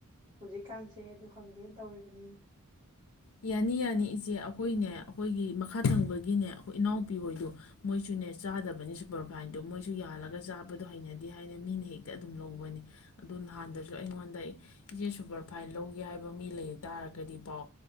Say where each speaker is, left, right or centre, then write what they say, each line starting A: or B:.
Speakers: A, on the right; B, on the left.
A: ꯍꯧꯖꯤꯛꯀꯥꯟꯁꯦ ꯑꯗꯨ ꯍꯨꯪꯒꯦ ꯇꯧꯔꯤꯕꯅꯤꯅꯦ
B: ꯌꯥꯅꯤ ꯌꯥꯅꯤ ꯏꯆꯦ ꯑꯩꯈꯣꯏꯅꯦ ꯑꯩꯈꯣꯏꯒꯤ ꯃꯈꯥ ꯊꯪꯕꯒꯤꯅꯦ ꯑꯩꯈꯣꯏ ꯏꯅꯥꯎꯄꯤ ꯍꯣꯏꯗꯣ ꯃꯣꯏꯁꯨꯅꯦ ꯆꯥꯗꯕꯅꯤ ꯁꯨꯄꯔꯐꯥꯏꯟꯗꯣ ꯃꯣꯏꯁꯨ ꯌꯥꯜꯂꯒ ꯆꯥꯕꯗꯣ ꯍꯩꯅꯗꯦ ꯍꯥꯏꯅ ꯃꯤꯅ ꯍꯦꯛꯇ ꯑꯗꯨꯝ ꯂꯧꯕꯅꯦ ꯑꯗꯨ ꯅꯍꯥꯟꯗꯁꯨ ꯑꯩꯉꯣꯟꯗ ꯏꯆꯦ ꯁꯨꯄꯔꯐꯥꯏꯟ ꯂꯧꯒꯦ ꯍꯥꯏꯕ ꯃꯤ ꯂꯩ ꯇꯥꯔꯒꯗꯤ ꯄꯥꯎ